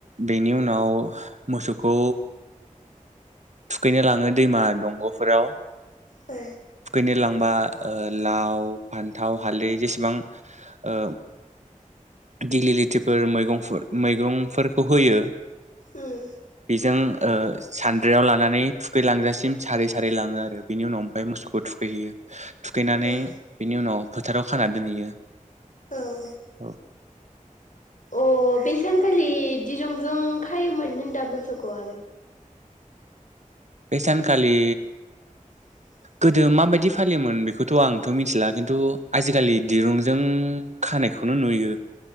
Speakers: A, on the right (about 55°); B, on the left (about 65°).
A: बेनि उन नाव मोसौखौ थुखैनो लाङो दैमा दंग'फ फोराव
B: औ।
A: लांबा लाव फान्थाव हालदै जेसेबां ओ दिगलि लिथिफोर मैगं फोर मैगं फोरखौ होयो
B: उम
A: बेजों ओ सानद्रियाव लानानै थुखैलांजासिम सारै सारै लाङो आरो बेनि उनाव मफाय मोसौखौ थुखैहैयो थुखैनानै
B: औ
A: बेनि उनाव फोथाराव खाना दोनहैयो
B: औ
A: औ।
B: अ बे सानखालि दिरुंजों खायोमोन होनदा मोसौखौ?
A: बेसानखालि
B: <inaudible>
A: गोदो माबायदि फालियोमोन बेखौथ' आंथ' मिथिला खिन्थु आजिखालि दिरुंजों खानायखौ बेखौनो नुयो।